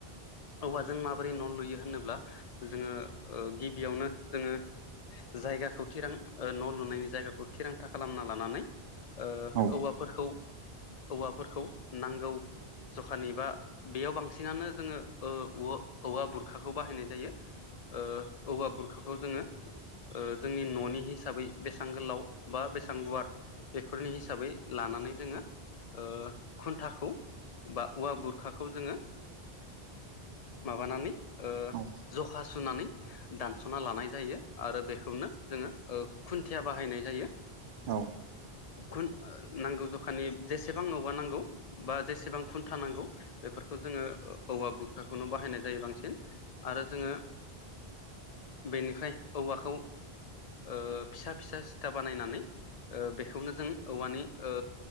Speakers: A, on the left; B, on the right.
A: औवाजों माबोरै न' लुयो होनोब्ला जोङो ओ गिबियावनो जोङो जायगाखौ थिरां न' लुनायनि जायगाखौ थिरांथा खालामना लानानै ओ
B: औ
A: औवाफोरखौ औवाफोरखौ नांगौ जखानि बा बेयाव बांसिनानो जोङो ओ औवा - औवा बुरखाखौ बाहायनाय जायो ओ औवा बुरखाखौ जोङो ओ जोंनि न'नि हिसाबै बेसां गोलाव बा बेसां गुवार बेफोरनि हिसाबै लानानै जोङो ओ खुन्थाखौ बा औवा बुरखाखौ जोङो माबानानै ओ
B: औ
A: जखा सुनानै दानस'ना लानाय जायो आरो बेखौनो जोङो ओ खुन्थिया बाहायनाय जायो
B: औ
A: खुन नांगौ जखानि जेसेबां औवा नांगौ बा जेसेबां खुन्था नांगौ बेफोरखौ जोङो औवा बुरखाखौनो बाहायनाय जायो बांसिन आरो जोङो बेनिफ्राय औवाखौ ओ फिसा फिसा सिथा बानायनानै ओ बेखौनो जों औवानि ओ